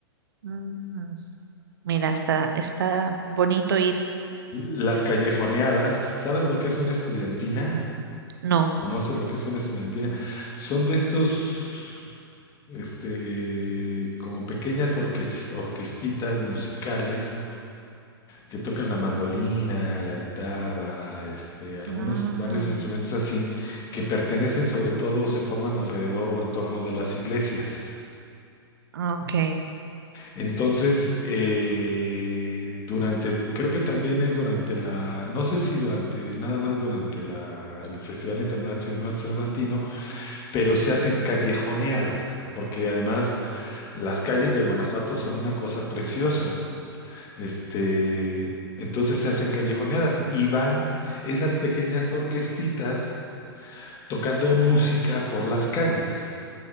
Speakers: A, on the right; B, on the left.
A: mm. Mira, está, está bonito ir.
B: Las callejoneadas, ¿sabes lo que es una estudiantina?
A: No.
B: ¿Conoces lo que es una estudiantina? Son de estos, este, como pequeñas orques- orquestitas musicales que tocan la mandolina, la guitarra, este, algunos,
A: Mm,
B: varios instrumentos así, que pertenecen sobre todo, o se forman alrededor o en torno de las iglesias.
A: ok.
B: Entonces, eh, durante, creo que también es durante la, no sé si durante, nada más durante la, el Festival Internacional Cervantino, pero se hacen callejoneadas, porque además las calles de Guanajuato son una cosa preciosa. Este, entonces se hacen callejoneadas y van esas pequeñas orquestitas tocando música por las calles.